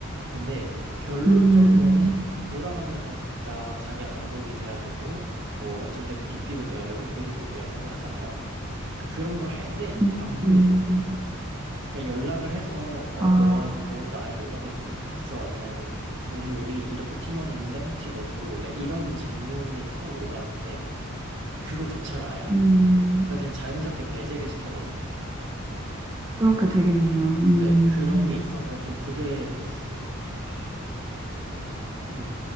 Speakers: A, on the right; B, on the right.
A: 근데 결론적으로는
B: 음,
A: 돌아가면서 각자 자기가 감독이 돼야 되고, 뭐 어쩔 땐 DP도 돼야 되고, 그립도 돼야 되고 하잖아요. 그- 그런 걸 할 때
B: 음,
A: 안 불러줘요,
B: 음,
A: 그냥. 그냥 연락을 해서 어
B: 아,
A: 너가 너뭐 나의 뭐가 돼줬으면 좋겠어 아니면은 우리 우리 이렇게 팀원 있는데 혹시 너 들어올래? 이런 질문을 서로 오가는데 그거조차를 아예 안
B: 음,
A: 해요. 그러니까 그냥 자연스럽게 배제를 시켜버리는
B: 그렇게 되겠네요. 음,
A: 네 그런 게 있어서 좀 그게 아, 음,